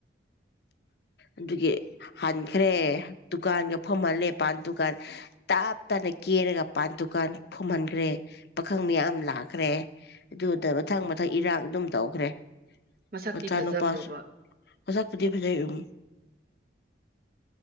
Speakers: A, on the left (about 55°); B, on the right (about 50°).
A: ꯑꯗꯨꯒꯤ ꯍꯟꯈ꯭ꯔꯦ ꯗꯨꯀꯥꯟꯒ ꯐꯝꯍꯜꯂꯦ ꯄꯥꯟ ꯗꯨꯀꯥꯟ ꯇꯥꯞ ꯇꯅ ꯀꯦꯔꯒ ꯃꯄꯥꯟ ꯗꯨꯀꯥꯟ ꯐꯨꯝꯍꯟꯈ꯭ꯔꯦ ꯄꯥꯈꯪ
B: ꯎꯝ
A: ꯃꯌꯥꯝ ꯂꯥꯛꯈ꯭ꯔꯦ ꯑꯗꯨꯗ ꯃꯊꯪ ꯃꯊꯪ ꯏꯔꯥꯡ ꯑꯗꯨꯝ ꯇꯧꯈ꯭ꯔꯦ
B: ꯃꯁꯛꯇꯤ
A: ꯃꯆꯥꯅꯄꯥꯁꯨ
B: ꯐꯖꯕ꯭ꯔꯣꯕ
A: ꯍꯧꯁꯛꯄꯗꯤ ꯂꯩ ꯎ